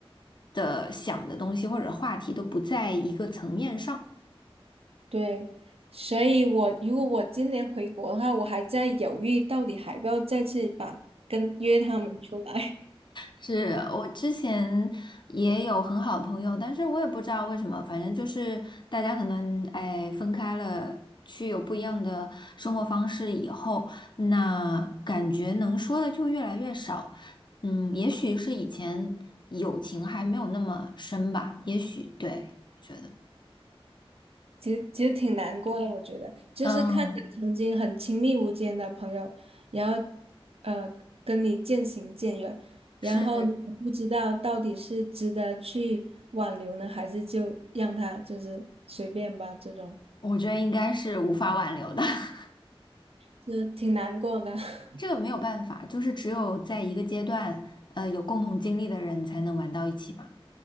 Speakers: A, on the left; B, on the right.
A: 的想的东西或者话题都不在一个层面上。
B: 对，所以我如果我今年回国的话，我还在犹豫到底还要不要再次把跟约他们出来。
A: 是我之前也有很好的朋友，但是我也不知道为什么，反正就是大家可能哎分开了，去有不一样的生活方式以后，那感觉能说的就越来越少。嗯，也许是以前友情还没有那么深吧，也许对，我觉得，
B: 其实其实挺难过的，我觉得，就是看着曾经很亲密无间的朋友，
A: 嗯，
B: 然后呃跟你渐行渐远，然后你也不知道到底是值得去挽留呢，
A: 是，
B: 还是就让他就是随便吧，这种
A: 我觉得应该是无法挽留的，<laughs>
B: 就挺难过的。<laughs>
A: 这个没有办法，就是只有在一个阶段，呃，有共同经历的人才能玩到一起嘛。